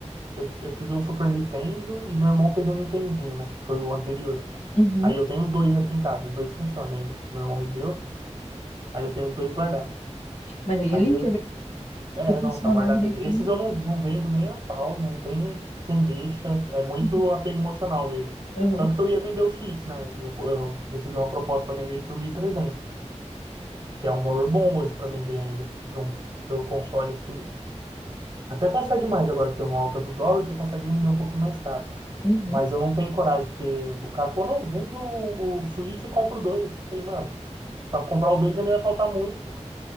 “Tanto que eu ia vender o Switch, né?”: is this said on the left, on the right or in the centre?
Right